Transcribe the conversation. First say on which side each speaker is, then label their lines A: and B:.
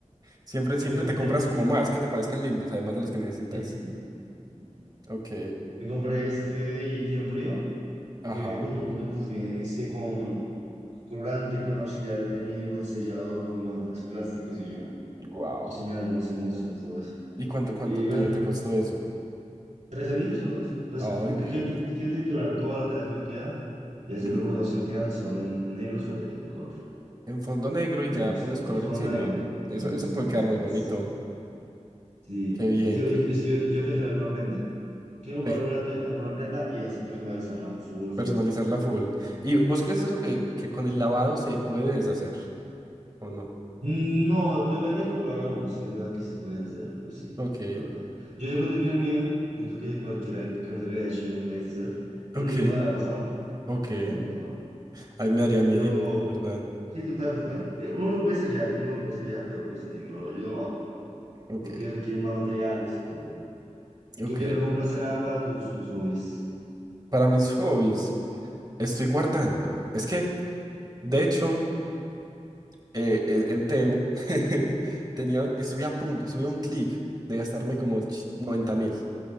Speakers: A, on the right; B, on the right.
A: Siempre, siempre
B: También compré...
A: te compras como más que te parezcan lindos, además de los que necesitas.
B: Sí, siempre, siempre.
A: Ok.
B: Me compré este de iris en frío
A: Ajá.
B: que viene con un montón de cosas. Viene, es que con colorante, con auxiliar de teñido, con sellador, con guantes plásticos y yo.
A: Wow.
B: Señora, yo no sé cómo se hizo todo eso.
A: ¿Y cuánto, cuánto
B: Y
A: te,
B: bueno,
A: te costó eso?
B: trece mil solo eso. Pues
A: Ay,
B: porque
A: bien.
B: quiero, ti- quiero tinturar toda la tela que me queda y hacer
A: Ujú.
B: los bordados que me quedan solo en negro sobre color.
A: En fondo negro y
B: Me
A: ya
B: gusta,
A: pones
B: me gusta.
A: color encima.
B: Fondo negro.
A: Eso,
B: Me gusta,
A: eso puede
B: me gusta
A: quedar muy
B: más.
A: bonito.
B: Sí.
A: Qué bien,
B: Y quiero,
A: qué
B: y, y
A: bien.
B: quiero, y quiero tejer alguna prenda. Quiero comprarme
A: Eh,
B: alguna, te- alguna prenda y así personalizarla full, full.
A: personalizarla full. ¿Y vos crees eso que, que con el lavado se puede deshacer o no?
B: Mm, No, depende de cómo lo haga uno. Si es verdad que sí se puede hacer, pues sí,
A: Ok.
B: es verdad. Yo siempre he tenido el miedo. Siento que cualquier camisa que haya hecho yo se puede hacer, pero
A: Ok,
B: ninguna la ha pasado.
A: ok.
B: Ninguna la ha pasado.
A: Ahí me daría miedito,
B: Pero
A: ¿verdad?
B: sí, total, total. Eh, Uno lo puede sellar, uno lo puede sellar, pero pues ni, no, lo- yo no lo hago,
A: Ok,
B: porque requiere más materiales y todo. Tú
A: ok.
B: que no compraste nada para tus, tus hobbies.
A: Para mis hobbies, estoy guardando. Es que, de hecho, eh, eh, en Temu, <laughs> tenía, estuve a punto, estuve a un clic de gastarme como ch- noventa mil,